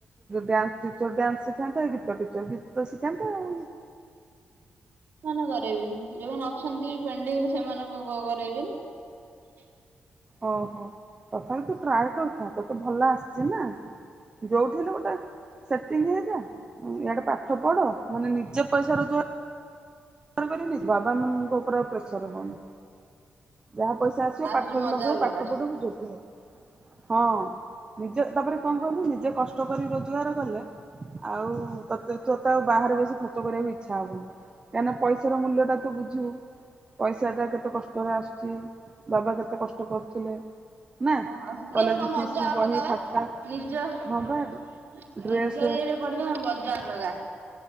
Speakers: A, on the right; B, on the right.
A: ଡ୍ୟାନ୍ଟିର ଡ୍ୟାନ୍ସ ଶିଖାନ୍ତେ ଗୀତ ଟିଚର ଗୀତ ଶିଖାନ୍ତେ ଆଉ
B: ମନା କରରାଇବେ ଯୋଉମାନେ ଅଛନ୍ତି ପେଣ୍ଡିଙ୍ଗରେ ସେମାନଙ୍କ କରେଇବେ ନା। <inaudible>
A: ଓହୋ ତଥାପି ତୁ ଟ୍ରାଏ କରିଥା ତତେ ଭଲ ଆସିଚ ନା। ଯୋଉଠି ହେଲେ ନା ଗୋଟେ ସେଟିଙ୍ଗ ହେଇଯା ଇଆଡେ ପାଠ ପଢ ମାନେ ନିଜେ ପଇସା ରୋଜଗାର ତରବ ନିର୍ ବାବାମାନଙ୍କ ଉପରା ପ୍ରଚର ହବନି। ଯାହା ପଇସା ଆସିବ
B: ତା
A: ପାଠରେ
B: ଦେହରେ ମଜା
A: ଲଗେଇବ
B: ଅଲଗା
A: ପାଠ ପଢିବ ଯୋଗ୍ୟ ସବୁ। ହଁ ନିଜେ ତାପରେ କଣ କହିଲୁ ନିଜେ କଷ୍ଟ କରି ରୋଜଗାର କଲେ ଆଉ ତତେ ତତେ ଆଉ ବାହାରେ ବେଶି ଖର୍ଚ୍ଚ କରିବାକୁ ଇଚ୍ଛା ହବନି। କାହିଁକିନା ପଇସାର ମୂଲ୍ୟ ଟା ତୁ ବୁଝିବୁ ପଇସା ଟା କେତେ କଷ୍ଟରେ ଆସୁଛି ବାବା କେତେ ଏତେ କଷ୍ଟ କରୁଥିଲେ? ନା
B: ହଁ ସେ
A: କଲେଜ
B: ଗୋଟେ ମଜା
A: ଫିସ୍
B: ଅଲଗା
A: ବହି
B: ପା
A: ଖାତା
B: ନିଜ ନିଜ
A: ହଁ ବା ଡ୍ରେସ୍
B: ଇଏରେ ପଢିବ ମଜା ଅଲଗା।